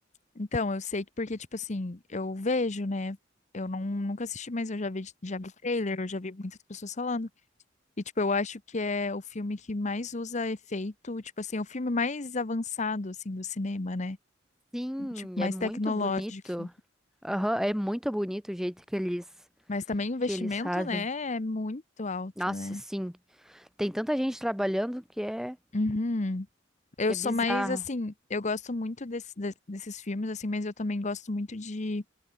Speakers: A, on the left; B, in the centre.
A: Então, eu sei que porque, tipo assim, eu vejo, né? Eu não, nunca assisti, mas eu já vi, já vi trailer, eu já vi muitas pessoas falando. E, tipo, eu acho que é o filme que mais usa efeito, tipo assim, é o filme mais avançado, assim, do cinema, né?
B: Sim,
A: Tipo, mais
B: é muito
A: tecnológico.
B: bonito. Aham, é muito bonito o jeito que eles,
A: Mas também o investimento,
B: que eles fazem.
A: né, é muito alto,
B: Nossa,
A: né?
B: sim. Tem tanta gente trabalhando que é,
A: Uhum. Eu
B: que é
A: sou
B: bizarro.
A: mais, assim, eu gosto muito desse, de- desses filmes, assim, mas eu também gosto muito de